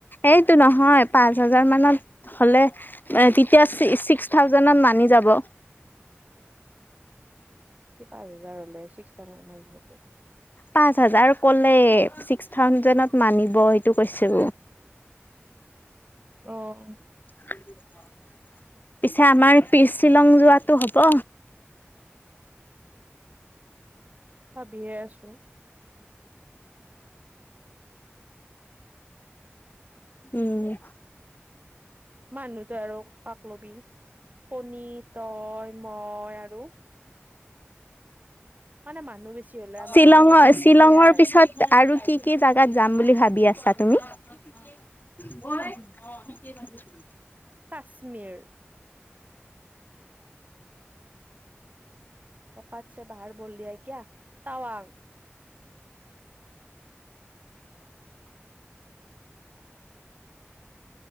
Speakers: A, on the left; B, on the right.
A: এইটো নহয় পাঁচ হাজাৰ মানত হলে তেতিয়া ছিক্স - ছিক্স থাউজেডত মানি যাব।
B: কি পাঁচ হাজাৰ হলে চিক্স থাউজেণ্ডতত মানি যাব?
A: পাঁচ হাজাৰ ক'লে ছিক্স থাউজেণ্ডত মানিব সেইটো কৈছো।
B: অ',
A: পিছে আমাৰ পি শ্বিলং যোৱাতটো হব।
B: ভাবিয়ে আছো।
A: উম,
B: মানুহটো আৰু কাকলবি কণী তই মই আৰু? মানে মানুহ বেছি হলে আমাৰ
A: শ্বিলঙৰ
B: খৰচ কম
A: -
B: হ'ব
A: শ্বিলঙৰ
B: সেয়াই
A: পিছত আৰু কি - কি জোগাত যাম বুলি ভাবি আছা তুমি? <unintelligible>
B: কাশ্মীৰ। অকাত চে বাহাৰ বল দিয়াই কিয়া টাৱাং।